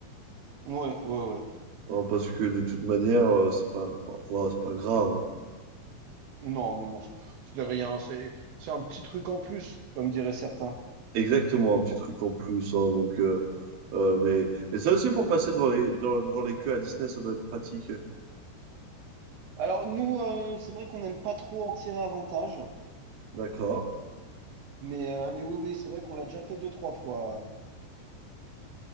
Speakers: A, on the right; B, on the right.
A: Ouais, ouais, ouais.
B: hein, parce que de toute manière, euh, c'est pas, pas- voilà, c'est pas grave. hein.
A: Non, non, non, c'est de rien. C'est, c'est un petit truc en plus, comme diraient certains.
B: Exactement, un petit truc en plus. hein, donc, euh, euh, mais, mais ça aussi, pour passer devant les, dans- devant les queues à Disney, ça doit être pratique.
A: Alors, nous, euh, c'est vrai qu'on n'aime pas trop en tirer avantage,
B: D'accord.
A: mais, euh, mais oui, oui, c'est vrai qu'on l'a déjà fait deux, trois fois.